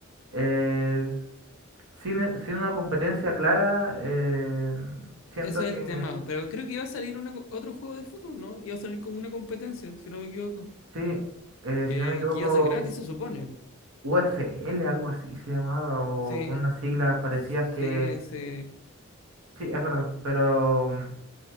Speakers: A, on the right; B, on the left.
A: Eh, Sin, e- sin una competencia clara, eh,
B: Ese
A: siento que
B: es el tema, pero creo que iba a salir una co- otro juego de fútbol, ¿no? Iba a salir como una competencia, si no me equivoco.
A: sí, eh,
B: Que,
A: si no me equivoco,
B: que iba a ser gratis, se supone.
A: UFL, algo así se llamaba, o
B: Sí,
A: unas siglas parecidas
B: sí,
A: que...
B: sí.
A: Sí, es verdad, pero mm,